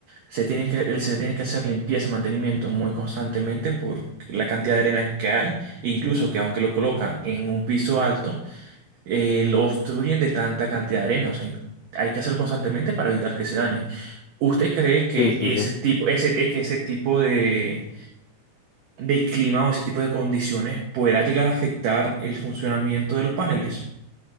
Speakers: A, on the right; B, on the left.
A: se tienen que, se le tiene que hacer limpieza, mantenimiento muy constantemente por la cantidad de arena que hay, incluso que aunque lo colocan en un piso alto, eh, lo obstruyen de tanta cantidad de arena. O sea, hay que hacerlo constantemente para evitar que se dañen. ¿Usted cree que
B: Sí, sí,
A: ese
B: sí.
A: tipo, ese, eh, que ese tipo de, de clima o ese tipo de condiciones pueda llegar a afectar el funcionamiento de los paneles?